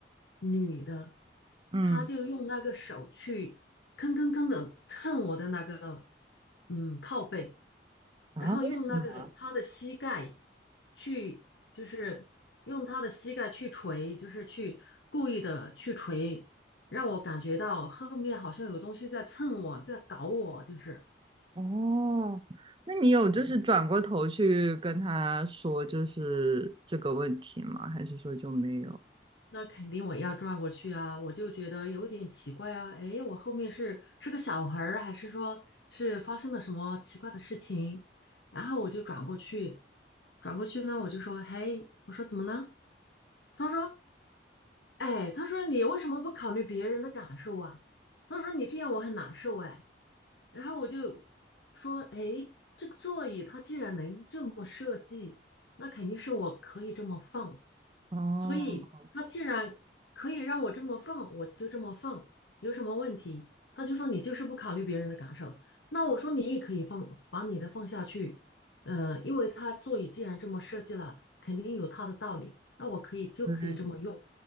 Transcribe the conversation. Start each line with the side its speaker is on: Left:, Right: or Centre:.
Left: 女的，
Right: 嗯
Left: 她就用那个手去吭吭吭的蹭我的那个嗯靠背，
Right: 啊，
Left: 然后用那个他的膝盖
Right: 为什么？
Left: 去，就是用他的膝盖去捶，就是去故意的去捶，让我感觉到后面好像有东西在蹭我，在搞我，就是。
Right: 哦，那你有就是转过头去跟他说就是这个问题吗？
Left: 对
Right: 还是说就没有？
Left: 那肯定我也要转过去啊，我就觉得有点奇怪啊，诶，我后面是是个小孩儿啊，还是说是发生了什么奇怪的事情？然后我就转过去，转过去呢，我就说，嘿，我说怎么了？他说，哎，他说你为什么不考虑别人的感受啊？他说你这样我很难受，哎。然后我就说，哎，这个座椅它既然能这么设计，那肯定是我可以这么放。
Right: 哦，
Left: 所以它既然可以让我这么放，我就这么放，有什么问题？他就说你就是不考虑别人的感受。那我说你也可以放，把你的放下去。呃，因为它座椅既然这么设计了，肯定有它的道理。那我可以就可以这么用，
Right: 对对，